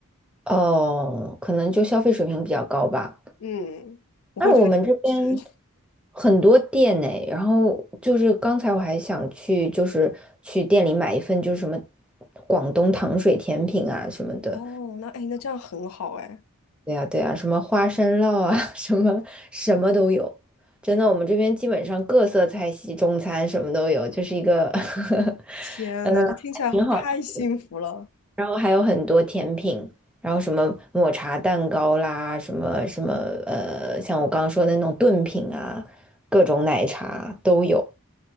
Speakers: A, in the centre; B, on the left.
A: 哦，可能就消费水平比较高吧。
B: 嗯，我会觉得是
A: 那我们这边
B: <laughs>
A: 很多店呢，然后就是刚才我还想去，就是去店里买一份，就是什么广东糖水甜品啊什么的，
B: 哦，那哎，那这样很好哎，
A: 对呀，对呀，什么花生酪啊，<laughs> 什么什么都有。真的，我们这边基本上各色菜系、中餐什么都有，就是一个，<laughs>
B: 天呐，
A: 嗯，
B: 这听起来好太幸福了。
A: 还挺好吃。然后还有很多甜品，然后什么抹茶蛋糕啦，什么什么呃，像我刚刚说的那种炖品啊，各种奶茶都有。